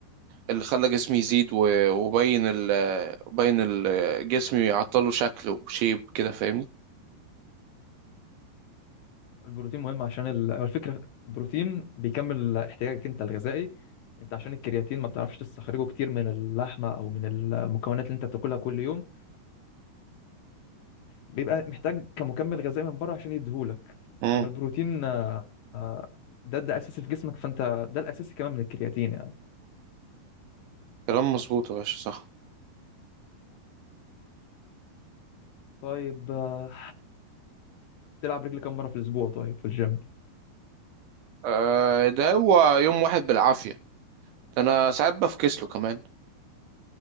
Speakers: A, on the right (about 80°); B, on the left (about 75°).
A: اللي خلى جسمي يزيد و- وبين ال بين ال جسمي عطله شكله وشيب كده فاهمني
B: البروتين مهم عشان ال... هو الفكرة البروتين بيكمل احتياجك انت الغذائي انت عشان الكرياتين ما بتعرفش تستخرجه كتير من اللحمة او من المكونات اللي انت بتاكلها كل يوم بيبقى محتاج كمكمل غذائي من بره عشان يديهولك
A: امم
B: اما البروتين آه، ده ده اساسي في جسمك فانت ده الاساسي كمان من الكرياتين يعني
A: كلام مظبوط يا باشا صح
B: طيب آه، تلعب رجل كم مره في الاسبوع طيب في الجيم
A: آه ده هو يوم واحد بالعافيه ده انا ساعات بفكسله كمان